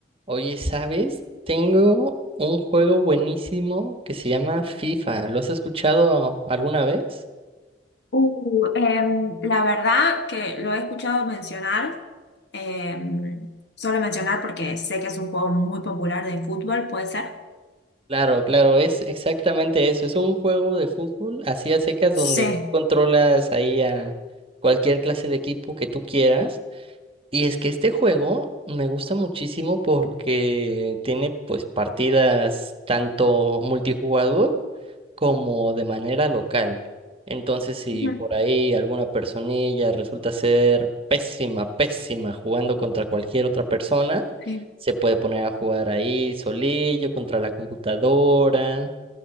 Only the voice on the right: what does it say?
Oye, ¿sabes? Tengo un juego buenísimo que se llama FIFA. ¿Lo has escuchado alguna vez?
Claro, claro, es exactamente eso. Es un juego de fútbol así a secas
donde tú controlas ahí a cualquier clase de equipo que tú quieras. Y es que este juego me gusta muchísimo porque tiene pues partidas tanto multijugador como de manera local. Entonces, si
por ahí alguna personilla resulta ser pésima, pésima jugando contra cualquier otra persona,
se puede poner a jugar ahí solillo contra la computadora.